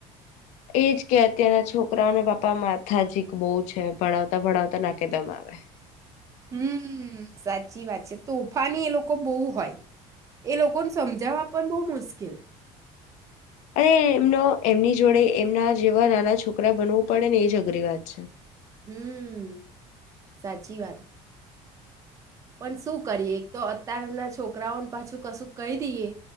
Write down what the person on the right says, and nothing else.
હમ સાચી વાત છે તોફાની એ લોકો બહુ હોય. એ લોકોને સમજાવવા પણ બહુ મુશ્કેલ ઉકેલ
હમ સાચી વાત. પણ શું કરીએ એક તો અતારના છોકરાઓને પાછું કશું કહી દઈએ